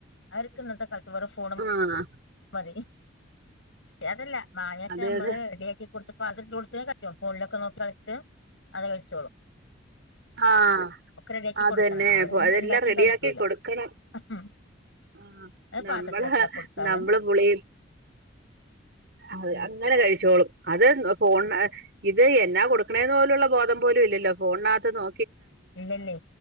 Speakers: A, on the left; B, on the right.
A: അവർക്ക് ഇന്നത്തെ കാലത്ത് വേറെ ഫോണും
B: ആഹ്
A: മതി. ഏതല്ല മാങ്ങയൊക്കെ
B: അതെ
A: നമ്മള്
B: അതെ
A: റെഡിയാക്കി കൊടുത്ത് പാത്രത്തിൽ ഇട്ട് കൊടുത്തു കഴിഞ്ഞ കയി <unintelligible> ഓപ്പോള്ളൊക്കെ നോക്കി കയിച്ച് അത് കഴിച്ചോളും.
B: ആഹ
A: ഒക്കെ റെഡിയാക്കി
B: അതന്നെ
A: കൊടുക്കണം അവര്
B: അപ്പൊ അതെല്ലാം
A: ഇണ്ടാക്കി
B: റെഡിയാക്കി
A: കഴിക്കൂല
B: കൊടു ക്കണം
A: ഉം
B: ആ
A: അത്
B: നമ്മള്
A: പാത്രത്തിൽ എത്ര കൊടുത്താലും
B: നമ്മളെ വുളിൽ അഹ്
A: ഉം
B: അങ്ങനെ കഴിച്ചോളും. അതെ ന്നു ഫോൺ ഇത് എൻ ന്താ കൊടുക്കണേന്ന്ള്ള പോലുള്ള ബോദം പോലും ഇല്ലല്ലോ ഫോണിനകത്ത് നോ
A: ഇല്ലല്ലേ